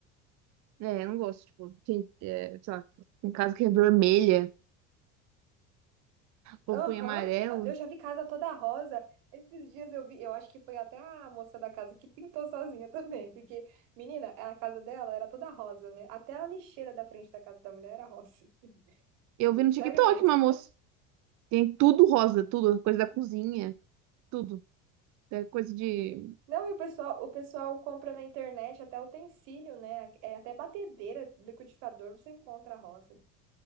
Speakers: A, on the right (about 50°); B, on the right (about 75°).
A: É, eu não gosto, tipo, tem, é, sei lá, em casa que é vermelha, ou
B: Aham,
A: põe amarelo.
B: eu já vi casa toda rosa. Esses dias eu vi, eu acho que foi até a moça da casa que pintou sozinha <laughs> também, porque, menina, a casa dela era toda rosa, né? Até a lixeira da frente da casa da mulher era rosa.
A: Eu vi
B: <laughs>
A: no TikTok
B: Sério mesmo.
A: uma moça, tem tudo rosa, tudo, coisa da cozinha, tudo. É coisa de.
B: Não, e o pessoal, o pessoal compra na internet até utensílio, né? É, até batedeira, liquidificador, você encontra a rosa.